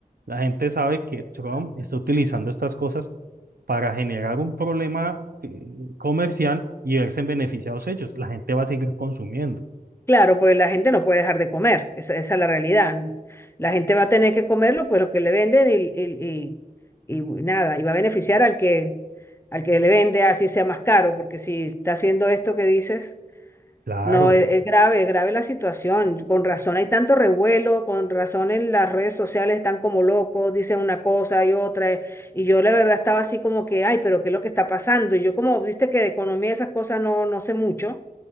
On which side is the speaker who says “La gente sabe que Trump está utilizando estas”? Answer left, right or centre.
Right